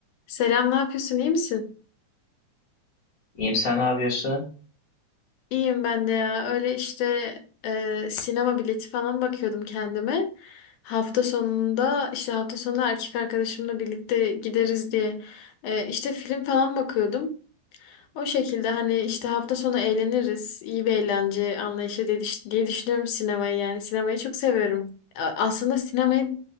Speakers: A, on the left; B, on the left.
A: Selam, ne yapıyorsun? İyi misin?
B: İyiyim sen ne yapıyorsun?
A: İyiyim ben de ya. Öyle işte e, sinema bileti falan bakıyordum kendime. Hafta sonunda işte hafta sonunda erkek arkadaşımla birlikte gideriz diye e, işte film falan bakıyordum. O şekilde hani işte hafta sonu eğleniriz. iyi bir eğlence anlayışı diye, düş- diye düşünüyorum sinemayı yani. Sinemayı çok seviyorum. A- Aslında sinemayı